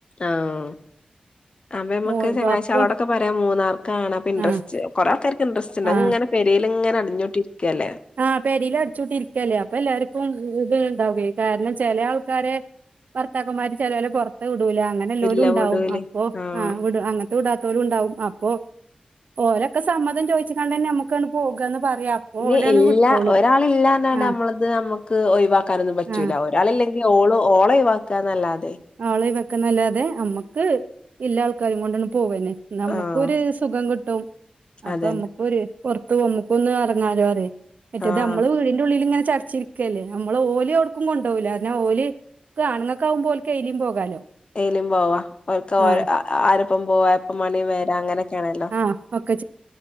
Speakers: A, on the left (about 40°); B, on the right (about 80°).
A: ആഹ അപ്പൊ നമക്ക്
B: മോ
A: ചങ്ങായിച്ചിയാളോടൊക്കെ
B: അപ്പൊ
A: പറയാ മൂന്നാർക്കാണ് അപ്പ ഇന്ട്രെസ്റ്
B: ആഹ്
A: കുറെ ആൾക്കാർക്ക് ഇൻറസ്റ്റ്ണ്ട്
B: ആഹ്
A: അങ്ങനെ പെരേലിങ്ങനെ അടിഞ്ഞോണ്ടിരിക്കല്ലെ
B: ആഹ് പെരിൽ അടച്ചോട്ടിരിക്കല്ലേ അപ്പൊ എല്ലാർക്കും ഇത് ഇണ്ടാവേ കാരണം ചില ആൾക്കാരെ ഭർത്താക്കന്മാര് ചിലോര് പുറത്ത് വിടൂല അങ്ങനെ എല്ലോലും
A: ഇല്ല
B: ഉണ്ടാവും
A: വിടൂലേ
B: അപ്പോ
A: ആഹ്
B: ആ വി അങ്ങനെ വിടാത്തോരൂം ഇണ്ടാവും അപ്പോ ഓരൊക്കെ സമ്മതം ചോദിച്ചിക്കാണ്ടന്നെ നമ്മുക്കാണ് പോകാന്ന് പറയാ അപ്പൊ
A: ഇനി
B: ഓലാണ്
A: ഇല്ല
B: വിട്ടോളും
A: ഒരാളില്ലാന്ന
B: ആഹ്
A: നമ്മളത് നമുക്ക് ഒഴിവാക്കാനൊന്നും പറ്റൂല്ല
B: ആഹ്
A: ഒരാളില്ലെങ്കിൽ ഓള് ഓള ഒഴിവാ ക്കന്നല്ലാതെ
B: ആളീ വെക്കുന്നല്ലാതെ നമ്മക്ക് ഇല്ലാ ആൾക്കാരെം കൊണ്ടാന്ന് പോവനെ നമുക്കൊരു
A: ആഹ്
B: സുഖം കിട്ടും അപ്പൊ
A: അതന്നെ
B: നമ്മുക്ക് പുറത്ത് പോമ്മ നമുക്കൊന്ന് ഇറങ്ങാലോ അറേം മറ്റേത്
A: ആഹ്
B: നമ്മള് വീടിന്റെ ഉള്ളിൽ ഇങ്ങനെ ചടച്ചിരിക്ക ക്കല്ലേ നമ്മള് ഓലി ഓടുക്കും കൊണ്ടോവൂല കാരണം ഓലി ആണുങ്ങക്കാവുമ്പോ കെലിയും പോകാലോ
A: ഏലും പോവാം ഓൽക്ക്
B: ആഹ്
A: ആരപ്പം പോവാ എപ്പ മണി വരാം അങ്ങനെയൊക്കെയാണല്ലോ
B: ആ ഒക്കെ